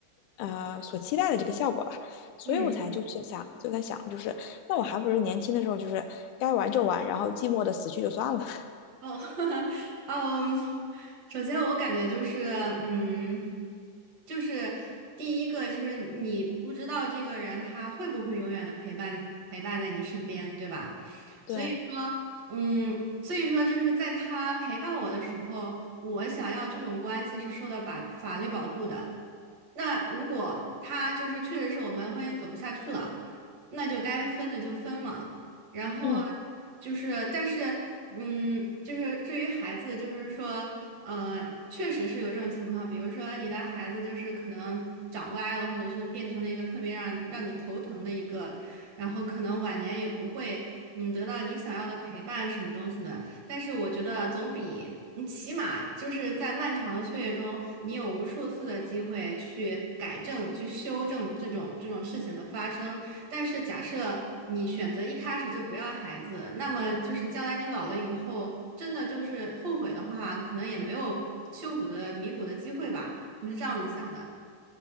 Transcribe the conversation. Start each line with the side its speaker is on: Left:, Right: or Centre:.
Left: 呃所期待的这个效果吧，所以我才就是想就在想就是，
Right: 嗯。
Left: 那我还不如年轻的时候就是该玩就玩，然后寂寞的死去就算了，<laughs>
Right: 哦，<laughs> 嗯，首先我感觉就是，嗯，就是第一个就是你不知道这个人他会不会永远的陪伴陪伴在你身边，对吧？
Left: 对，
Right: 所以说，嗯，所以说就是在他陪伴我的时候，我想要这种关系是受到法法律保护的。那如果他就是确实是我们婚姻走不下去了，那就该分的就分嘛。然后
Left: 嗯。
Right: 就是，但是，嗯，就是至于孩子，就是说，呃，确实是有这种情况，比如说你的孩子就是可能长歪了，或者是变成了一个特别让让你头疼的一个，然后可能晚年也不会，嗯，得到你想要的陪伴什么东西的。但是我觉得总比你起码就是在漫长的岁月中，你有无数次的机会去改正、去修正这种这种事情的发生。但是假设你选择一开始就不要孩子，那么就是将来你老了以后，真的就是后悔的话，可能也没有修补的、弥补的机会吧。我是这样子想的。